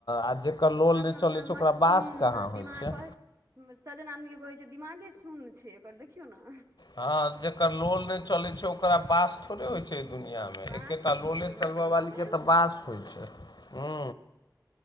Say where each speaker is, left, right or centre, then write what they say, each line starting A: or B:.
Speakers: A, on the left (about 75°); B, on the right (about 40°).
A: आ जकर लोल
B: सजन
A: नहि
B: मतलब
A: चलै छै
B: मस्ट
A: ओकरा
B: सुन
A: वास कहाँ
B: दिमाग
A: होइ छैय
B: कहै सजन आदमी के कहे छै एकर दिमागे शून छै एकर देखियौ ने
A: ह जेकर लोल नहि चले छै ओकरा बास थोड़े होय छै दुनिआँमे
B: बाँस
A: एकेटा
B: नहि
A: लोले
B: होइ छै ओकरा
A: चलबऽ
B: दुनिया
A: बालीके
B: मे
A: तऽ वास होइ छै हू